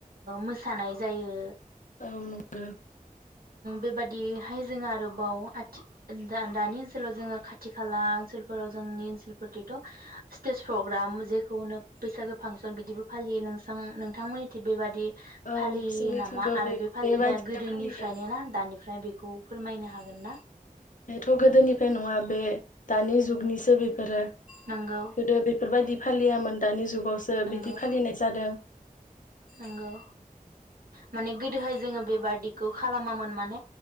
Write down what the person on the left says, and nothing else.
औ नंगौ।
औ
जोंनिथिंबो
बे
बेबायदिनो
फालियो।
बेथ' गोदोनिफ्राय नङा बे दानि जुगनिसो बे बेफोरो
गोदो बेफोरबायदि फालियामोन दानि जुगावसो
बिदि फालिनाय जादों।